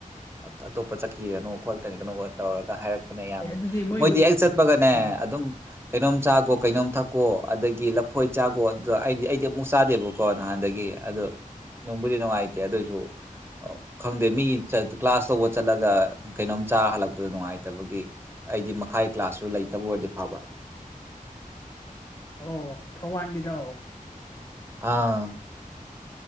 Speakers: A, on the right; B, on the left.
A: ꯑꯝꯇ ꯑꯇꯣꯞꯄ ꯆꯠꯈꯤꯒꯅꯣ ꯈꯣꯠꯀꯅꯣ ꯀꯩꯅꯣꯒ ꯇꯧꯔꯒ ꯍꯥꯏꯔꯛꯄꯅꯦ ꯌꯥꯝ
B: ꯑꯦ ꯑꯗꯨꯗꯤ ꯃꯣꯏꯗꯨ
A: ꯃꯣꯏꯗꯤ ꯍꯦꯛ ꯆꯠꯄꯒꯅꯦ
B: ꯎꯝ
A: ꯑꯗꯨꯝ ꯀꯩꯅꯣꯝ ꯆꯥꯈꯣ ꯀꯩꯅꯣꯝ ꯊꯛꯀꯣ ꯑꯗꯒꯤ ꯂꯐꯣꯏ ꯆꯥꯈꯣ ꯑꯗꯨꯗ ꯑꯩꯗꯤ ꯑꯩꯗꯤ ꯑꯃꯨꯛ ꯆꯥꯗꯦꯕꯀꯣ ꯅꯍꯥꯟꯗ ꯒꯤ ꯑꯗꯨ ꯅꯨꯡꯕꯨꯗꯤ ꯅꯨꯡꯉꯥꯏꯇꯦ ꯑꯗꯨꯁꯨ ꯈꯪꯗꯦ ꯃꯤ ꯀ꯭ꯂꯥꯁ ꯇꯧꯕ ꯆꯠꯂꯒ ꯀꯩꯅꯣꯝ ꯆꯥ ꯍꯜꯂꯛ ꯄꯗꯨ ꯅꯨꯡꯉꯥꯏꯇꯕꯒꯤ ꯑꯩꯗꯤ ꯃꯈꯥꯒꯤ ꯀ꯭ꯂꯥꯁꯁꯨ ꯂꯩꯇꯕ ꯑꯣꯏꯔꯗꯤ ꯐꯕ
B: ꯑꯣ ꯊꯧꯕꯥꯟꯒꯤꯗꯣ
A: ꯑꯥ